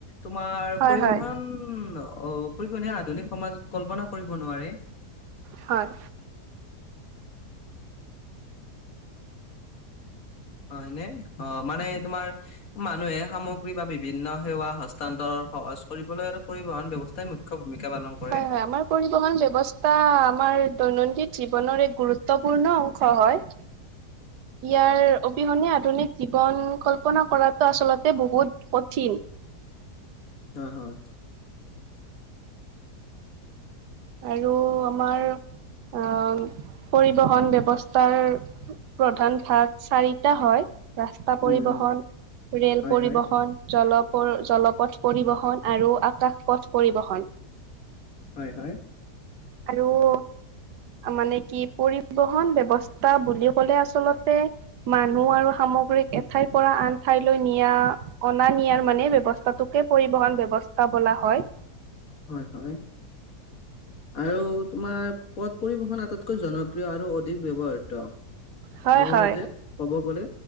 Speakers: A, on the left; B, on the right.
A: তোমাৰ
B: হয়
A: পৰিবহন
B: হয়
A: অ'। পনে আধুনিক সমাজত কল্পনা কৰিব নোৱাৰে।
B: হয়।
A: হয় নে অ, মানে তোমাৰ মানুহে সামগ্ৰী বা বিভিন্ন সেৱা হতান্তৰ সহজ কৰিবলৈ আৰু পৰিবহন ব্যৱস্থাই মুখ্য ভূমিকা পালন কৰে
B: হয়, হয় আমাৰ পৰিবহণ ব্যৱস্থা আমাৰ দৈনন্দিন জীৱনৰ এক গুৰুত্বপূৰ্ণ অংশ হয়।
A: <inaudible>
B: ইয়াৰ অবিহনে আধুনিক জীৱন কল্পনা কৰাতটো আচলতে বহুত কঠিন।
A: হয়, হয়।
B: আৰু আমাৰ অ' পৰিবহণ ব্যৱস্থাৰ প্ৰধান ভাগ চাৰিটা হয়। ৰাস্তা পৰিবহন,
A: উম
B: ৰেল
A: হয়
B: পৰিবহন,
A: হয়
B: জল জলপথ পৰিবহণ আৰু আকাশ পথ পৰিবহণ।
A: হয়, হয়।
B: আৰু মানে কি পৰিবহন ব্যৱস্থা বুলি ক'লে আচলতে মানুহ আৰু সামগ্ৰীক এঠাইৰ পৰা আন ঠাইলৈ নিয়া অনা নিয়াৰ মানে ব্যৱস্থাটোকে পৰিবহণ ব্যৱস্থা বোলা হয়।
A: হয়, হয়। আৰু তোমাৰ পথ পৰিবহন আটাইতকৈ জনপ্ৰিয় আৰু অধিক ব্যৱহৃত
B: হয়
A: মোৰ
B: হয়
A: মতে ক'ব গলে